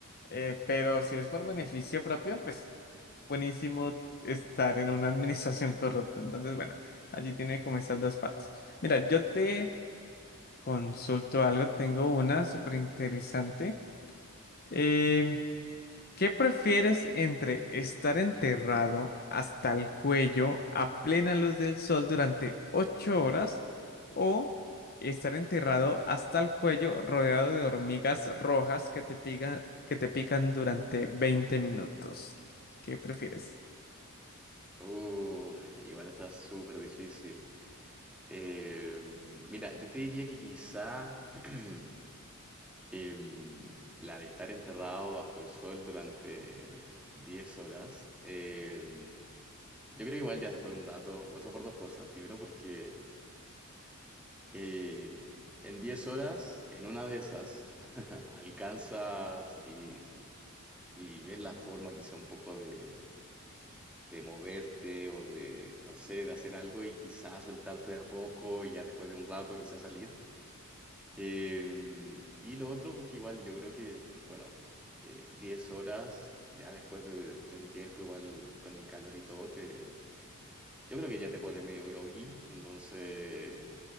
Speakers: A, on the left (about 45°); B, in the centre.
A: Eh, pero si es por beneficio propio, pues buenísimo estar en una administración corrupta. Entonces, bueno, allí tiene como esas dos partes. Mira, yo te Consulto algo, tengo una súper interesante. Eh, ¿qué prefieres entre estar enterrado hasta el cuello a plena luz del sol durante ocho horas o estar enterrado hasta el cuello rodeado de hormigas rojas que te pica- que te pican durante 20 minutos? ¿Qué prefieres?
B: Uh, igual está súper difícil. Eh, mira, yo te diría que quizá <clears throat> em, la de estar enterrado bajo el sol durante 10 horas, em, yo creo igual ya después de un rato, o sea, por dos cosas. Primero porque eh, en 10 horas, en una de esas, <laughs> alcanzas y, y ves la forma quizá un poco de, de moverte o de, no sé, de hacer algo y quizá soltarte de a poco y ya después de un rato quizá salir. Em, y lo otro, porque igual yo creo que, bueno, eh, 10 horas, ya después de, de un tiempo, igual con el calor y todo, te, yo creo que ya te pones medio groggy, entonces